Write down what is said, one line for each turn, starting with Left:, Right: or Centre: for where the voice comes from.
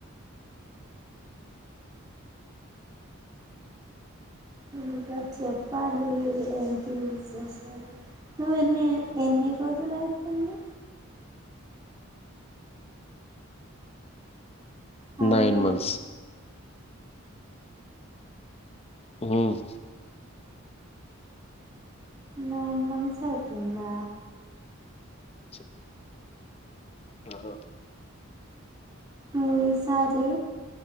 Right: ఇంకా చెప్పాలి ఏంటి విశేషాలు నువ్ ఎన్ని ఎన్ని రోజులయితుండి హలో
Left: నైన్ మంత్స్ ఉహ్మ్
Right: నైన్ మంత్స్ ఐతుందా
Left: చిప్ <unintelligible>
Right: ఈ సారి